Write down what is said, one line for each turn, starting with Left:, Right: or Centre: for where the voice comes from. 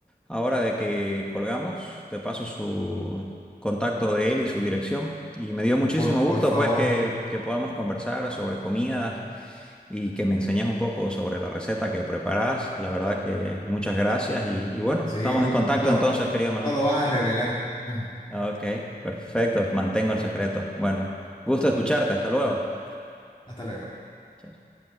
Centre: ahora de que colgamos, te paso su contacto de él y su dirección. Y me dio muchísimo
Left: Por,
Centre: gusto,
Left: por favor.
Centre: pues, que, que podamos conversar sobre comidas y que me enseñes un poco sobre la receta que preparás. La verdad que muchas gracias y, y bueno,
Left: Sí,
Centre: estamos
Left: no,
Centre: en contacto
Left: no lo,
Centre: entonces, querido Manuel.
Left: no lo vas a revelar. <laughs>
Centre: Ok, perfecto, mantengo el secreto. Bueno, gusto escucharte, hasta luego.
Left: Hasta luego.
Centre: Chao, chao.